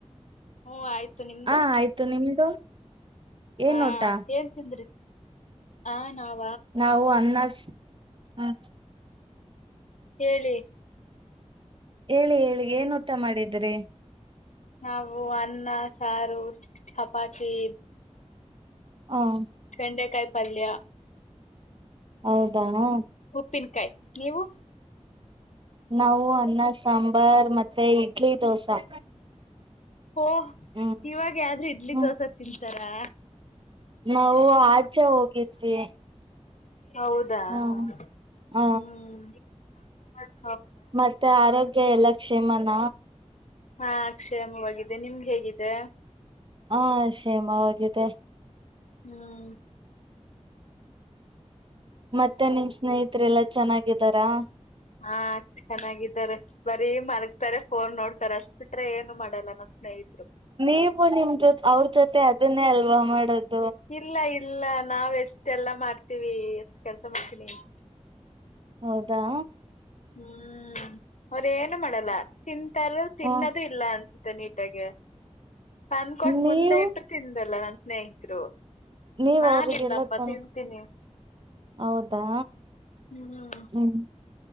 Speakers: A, on the left; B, on the right.
A: ಹ್ಮ್ ಆಯ್ತು ನಿಮ್ದು
B: ಆ ಆಯ್ತು ನಿಮ್ದು
A: ಹಾ
B: ಏನ್ ಊಟ
A: ಹೇಳ್ತಿದ್ರಿ ಹಾ ನಾವು
B: ನಾವು ಅನ್ನ ಹಾ <inaudible> <unintelligible>
A: ಹೇಳಿ
B: ಹೇಳಿ ಹೇಳಿ ಏನ್ ಊಟ ಮಾಡಿದ್ರಿ
A: ನಾವು ಅನ್ನ ಸಾರು ಚಪಾತಿ
B: ಹ
A: ಚೆಂಡೆಕಾಯ ಪಲ್ಯ
B: ಹೌದಾ? ಹಾ
A: ಉಪ್ಪಿನಕಾಯಿ ನೀವು
B: ನಾವು ಅನ್ನ ಸಾಂಬಾರ್ ಮತ್ತೆ ಇಡ್ಲಿ ದೋಸಾ
A: ಓ
B: ಹ್ಮ್
A: ಇವಾಗ ಯಾರು ಇಡ್ಲಿ
B: ಹ್ಮ
A: ದೋಸೆ ತಿಂದ ತರಾ.
B: ನಾವು ಆಚೆ ಹೋಗಿದ್ವಿ.
A: ಹೌದಾ
B: ಹ
A: ಹ್ಮ್.
B: ಹ
A: ಹ.
B: ಮತ್ತೆ ಆರೋಗ್ಯ ಎಲ್ಲ. ಕ್ಷೇಮಾನ.
A: ಹಾ ಅಕ್ಷೇಮವಾಗಿದೆ ನಿಮ್ಗೆ ಹೇಗಿದೆ.
B: ಹಾ ಕ್ಷೇಮವಾಗಿದೆ.
A: ಹ್ಮ್.
B: ಮತ್ತೆ ನಿಮ್ ಸ್ನೇಹಿತರೆಲ್ಲ. ಚೆನ್ನಾಗಿದ್ದಾರಾ.
A: ಹಾ ಚೆನ್ನಾಗಿದ್ದಾರೆ ಬರೀ ಮಲಗ್ತಾರೆ ಫೋನ್ ನೋಡ್ತಾರೆ ಅಷ್ಟು ಬಿಟ್ರೆ ಏನು ಮಾಡಲ್ಲ ನಮ್ಮ್ ಸ್ನೇಹಿತ.
B: ನೀವು ನಿಮ್ ಜೊತೆ ಅವ್ರ ಜೊತೆ ಅದನ್ನೇ ಅಲ್ವಾ ಮಾಡೋದು.
A: ಇಲ್ಲ ಇ ಇಲ್ಲ ನಾವ ಎಷ್ಟ ಎಲ್ಲಾ ಮಾಡ್ತೀವಿ ಎಷ್ಟ ಕೆಲ್ಸ ಮಾಡ್ತೀನಿ
B: ಹೌದಾ
A: ಹ್ಮ್ ಅವ್ರೇಏನು ಮಾಡಲ್ಲ ತಿಂತಾರ ತಿನ್ನದು
B: ಹ
A: ಇಲ್ಲ ಅನ್ಸುತ್ತೆ ತ ನೀಟಾಗ ತಂದು ಕೊಟ್ಟ
B: ನೀವು
A: ಮುಂದೆ ಇಟ್ಟು ತಿಂದೆಲ್ಲ ನಾನ ಸ್ನೇಹಿತರು
B: ನೀವ್
A: ನಾನಿಲ್ಲಪ್ಪ
B: ಅವ್ರಿಗೆಲ್ಲ ತನ್
A: ತಿಂತೀನಿ
B: ಹೌದಾ
A: ಹ್ಮ್
B: ಹ್ಮ್